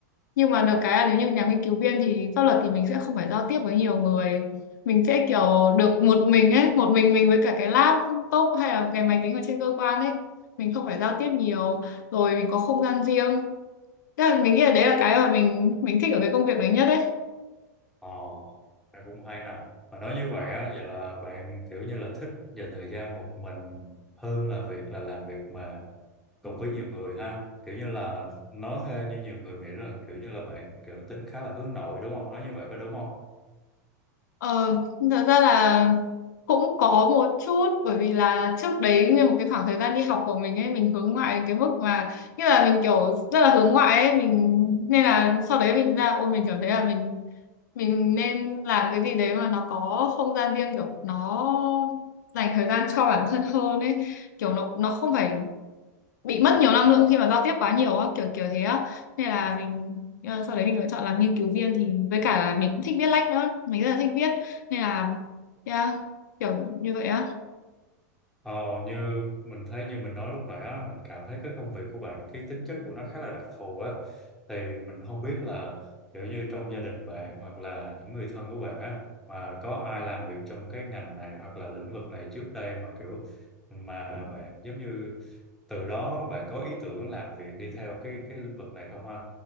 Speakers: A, on the left (about 80°); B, in the centre.
A: nhưng mà được cái là nếu như nhà nghiên cứu viên thì pháp luật thì mình sẽ không phải giao tiếp với nhiều người mình sẽ kiểu được một mình ấy một mình mình với cả cái laptop hay là cái máy tính ở trên cơ quan ấy mình không phải giao tiếp nhiều rồi mình có không gian riêng Thế là mình nghĩ là đấy là cái mà mình mình thích ở cái công việc này nhất đấy
B: Ồ, bạn cũng hay nè. Mà nói như vậy á, vậy là bạn kiểu như là thích dành thời gian một mình hơn là việc là làm việc mà cùng với nhiều người ha. Kiểu như là nói theo như nhiều người nghĩ rằng kiểu như là bạn kiểu tính khá là hướng nội đúng không? Nói như vậy có đúng không?
A: Ờ, thật ra là cũng có một chút bởi vì là trước đấy nguyên một cái khoảng thời gian đi học của mình ấy mình hướng ngoại đến cái mức mà như là mình kiểu rất là hướng ngoại ấy mình nên là sau đấy mình ra ôi mình cảm thấy là mình mình nên làm cái gì đấy mà nó có không gian riêng kiểu nó dành thời gian cho bản thân hơn ấy kiểu nó nó không phải bị mất nhiều năng lượng khi mà giao tiếp quá nhiều á kiểu kiểu thế á nên là mình ờ, sau đấy mình lựa chọn làm nghiên cứu viên thì với cả là mình cũng thích viết lách nữa mình rất là thích viết nên là yeah, kiểu như vậy á
B: Ờ, như mình thấy như mình nói lúc nãy á, mình cảm thấy cái công việc của bạn cái tính chất của nó khá là đặc thù á thì mình không biết là kiểu như trong gia đình bạn hoặc là những người thân của bạn á mà có ai làm việc trong cái ngành này hoặc là lĩnh vực này trước đây mà kiểu mà bạn giống như từ đó bạn có ý tưởng làm việc đi theo cái cái lĩnh vực này không ha